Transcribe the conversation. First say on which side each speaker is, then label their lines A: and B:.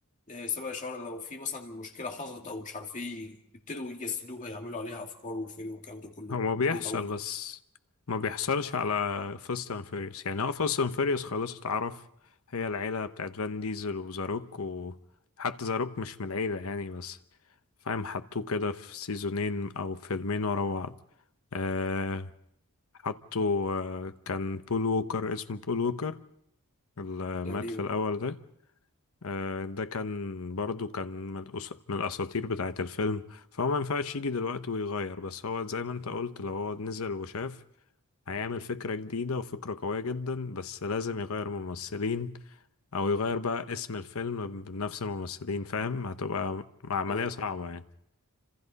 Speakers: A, on the left; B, on the left.
A: آه، سبق شوارع لو في مثلا مشكلة حصلت أو مش عارف ايه يبتدوا يجسدوها يعملوا عليها أفكار وفيلم والكلام ده كله
B: هو ما بيحصل
A: ويطوروا
B: بس ما بيحصلش على فاست اند فيريوس يعني هو فاست اند فيريوس خلاص اتعرف هي العيلة بتاعت فان ديزل وزاروك وحتى زاروك مش من العيلة يعني بس فاهم حطوه كده في سيزونين او فيلمين ورا بعض آه حطوا آه كان بول ووكر اسمه بول ووكر اللي
A: تقريبا
B: مات في الأول ده آه، ده كان برضو كان من الأس- من الأساطير بتاعة الفيلم فهو ما ينفعش يجي دلوقتي ويغير بس هو زي ما انت قلت لو هو نزل وشاف هيعمل فكرة جديدة وفكرة قوية جدا بس لازم يغير ممثلين أو يغير بقى اسم الفيلم بنفس الممثلين فاهم هتبقى عملية
A: اه
B: صعبة يعني